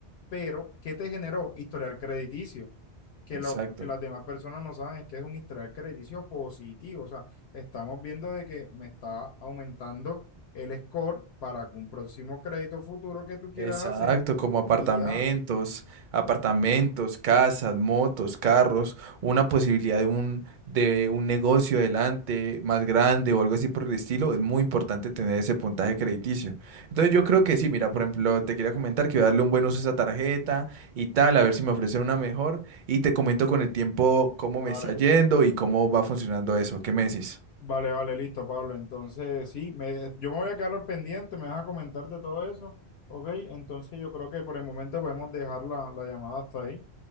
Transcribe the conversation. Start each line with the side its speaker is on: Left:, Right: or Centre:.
Left: pero ¿qué te generó? Historial crediticio que,
Right: Exacto.
Left: lo- que las demás personas no saben es que es un historial crediticio positivo. O sea, estamos viendo de que me está aumentando el score para algún próximo crédito futuro que tú quieras
Right: Exacto,
Left: hacer
Right: como apartamentos,
Left: y ya.
Right: apartamentos, casas, motos, carros, una posibilidad de un, de un negocio adelante más grande o algo así por el estilo, es muy importante tener ese puntaje crediticio. Entonces yo creo que sí, mira, por ejemplo, te quería comentar que voy a darle un buen uso a esa tarjeta y tal, a ver si me ofrecen una mejor y te comento con el tiempo cómo
Left: Vale,
Right: me está yendo y cómo va funcionando eso. ¿Qué me decís?
Left: vale, vale, listo, Pablo. Entonces, sí, me, yo me voy a quedar al pendiente, me vas a comentar de todo eso. Ok, entonces yo creo que por el momento podemos dejar la la llamada hasta ahí.